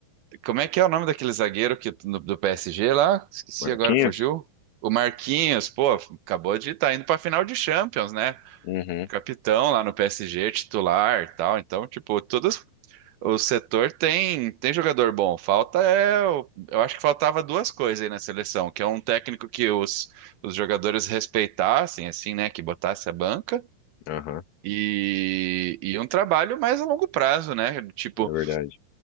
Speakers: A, on the right; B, on the left.
A: Como é que é o nome daquele zagueiro que, do, do PSG lá? Esqueci
B: Marquinhos?
A: agora, fugiu? O Marquinhos, pô, acabou de estar indo para final de Champions, né?
B: Uhum,
A: Capitão lá no PSG, titular, e tal. Então, tipo, todos o setor tem tem jogador bom. Falta é, o- eu acho que faltava duas coisas aí na seleção, que é um técnico que os, os jogadores respeitassem, assim, né? Que botasse a banca.
B: aham,
A: E, e um trabalho mais a longo prazo, né? Tipo,
B: é verdade.